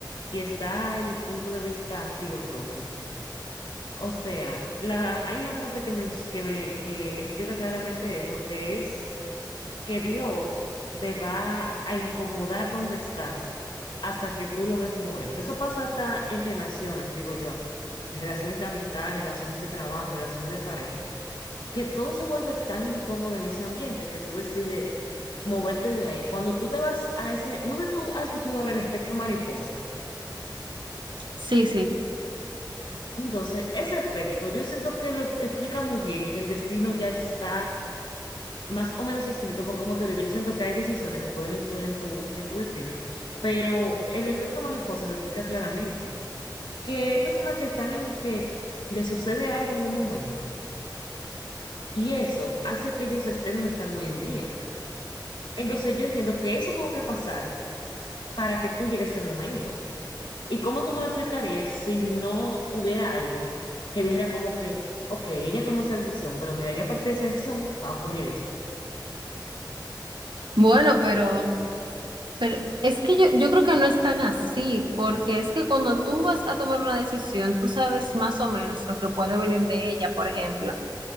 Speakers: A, on the left (about 85°); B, on the right (about 80°).
A: y está el punto de vista filosófico. O sea, la, hay una frase que, me que, me, que explica claramente eso, que es que Dios te va a incomodar donde estás hasta que tú logres moverte. Eso pasa hasta en relaciones, digo yo, relaciones de amistad, relaciones de trabajo, relaciones de pareja, que todo se vuelve tan incómodo en ese ambiente que tú decides moverte de ahí. Cuando tú te vas a ese, no sé si tú has escuchado ahora el efecto mariposa.
B: Sí, sí.
A: Entonces, ese efecto, yo siento que lo explica muy bien que el destino ya está más o menos escrito, porque como te digo, yo siento que hay decisiones que pueden influir en tu, en tu destino, pero el efecto mariposa lo explica claramente, que hay personas que están en que les sucede algo en un momento y eso hace que ellos estén donde están hoy en día. Entonces, yo entiendo que eso tuvo que pasar para que tú llegues a ese momento. ¿Y cómo tú me lo explicarías si no hubiera algo que dijera como que, ok, ella tomó esa decisión, pero mira, ya a partir de esa decisión va a ocurrir esto?
B: Bueno, pero, pero es que yo, yo creo que no es tan así, porque es que cuando tú vas a tomar una decisión, tú sabes más o menos lo que puede venir de ella. Por ejemplo,